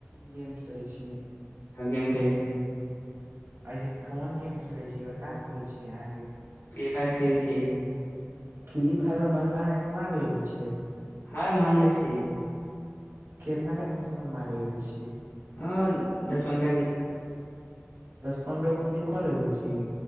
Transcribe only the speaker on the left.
गेम खेल छियै
फ्री फायर खेल छियै
हँ मारले छियै
ह दस पंद्रह गेलय